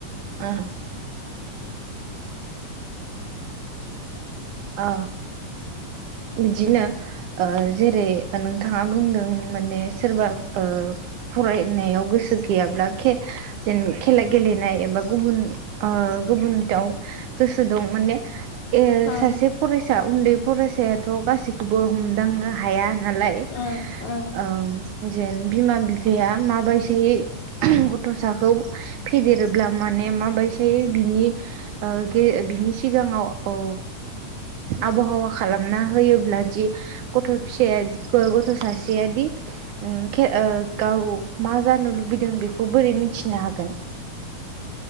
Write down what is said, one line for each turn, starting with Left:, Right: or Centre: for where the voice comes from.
Right: ओ ओ बिदिनो ओ जेरै नोंथाङा बुंदों माने सोरबा ओ फरायनायाव गोसो गैयाब्ला खे जे खेला गेलेनाय एबा गुबुन गुबुनाव गोसो दं माने ए
Left: उम
Right: सासे फरायसा उन्दै फरायसायाथ' गासिखौबो हमदांनो हाया नालाय
Left: उम उम
Right: ओ जेन बिमा बिफाया माबायदियै गथ'साखौ फेदेरोब्ला माने माबायसाय बिनि ओ गे बिनि सिगाङाव औ आबहावा खालामना होयोब्ला जि गथ' फिसाया गथ' सासेया बिदि गाव मा जानो लुबैदों बेखौ बोरै मिथिनो हागोन